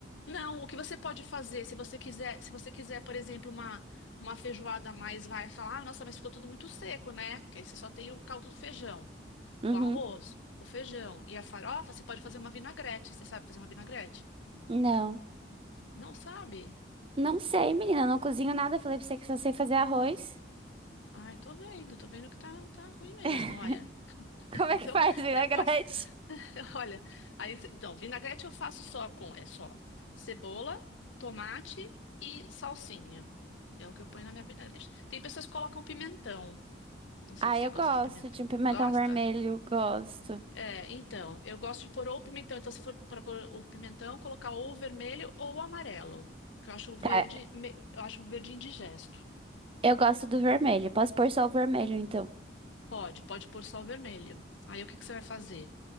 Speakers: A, on the left; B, on the right.
A: Não, o que você pode fazer, se você quiser, se você quiser, por exemplo, uma, uma feijoada a mais, vai falar, ah, nossa, mas ficou tudo muito seco, né? Porque aí você só tem o caldo do feijão,
B: Uhum.
A: o arroz, o feijão e a farofa, você pode fazer uma vinagrete. Você sabe fazer uma vinagrete?
B: Não.
A: Não sabe?
B: Não sei, menina, eu não cozinho nada. Falei pra você que só sei fazer arroz.
A: Ai, tô vendo, tô vendo que tá, tá ruim mesmo,
B: <laughs>
A: olha. <laughs>
B: Como
A: Então,
B: é que faz vinagrete?
A: depois, <laughs> olha, aí, então, vinagrete eu faço só com, é só cebola, tomate e salsinha. É o que eu ponho na minha vinagrete. Tem pessoas que colocam pimentão. Não sei
B: Ah,
A: se
B: eu
A: você gosta
B: gosto
A: de pimentão.
B: de um pimentão
A: Gosta?
B: vermelho, gosto.
A: É, então, eu gosto de pôr ou pimentão. Então, se for para pôr o pimentão, colocar ou o vermelho ou o amarelo. Que eu acho o verde,
B: Tá,
A: me- eu acho o verde indigesto.
B: eu gosto do vermelho. Posso pôr só o vermelho, então.
A: Pode, pode pôr só o vermelho. Aí o que que você vai fazer?